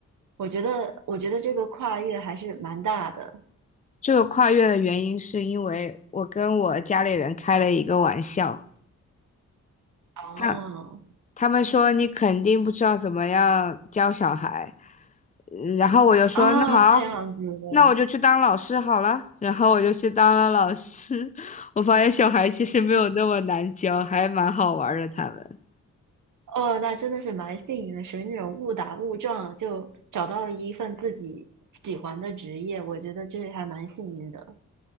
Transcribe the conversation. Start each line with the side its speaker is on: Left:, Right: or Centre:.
Right: 我觉得，我觉得这个跨越还是蛮大的。
Left: 这个跨越的原因是因为我跟我家里人开了一个玩笑，
Right: 哦，
Left: 他他们说你肯定不知道怎么样教小孩，嗯然后我就说那好，
Right: 啊，这样子的，
Left: 那我就去当老师好了，然后我就去当了老师，<laughs> 我发现小孩其实没有那么难教，还蛮好玩儿的他们。
Right: 哦，那真的是蛮幸运的，属于那种误打误撞就找到了一份自己喜欢的职业，我觉得这还蛮幸运的。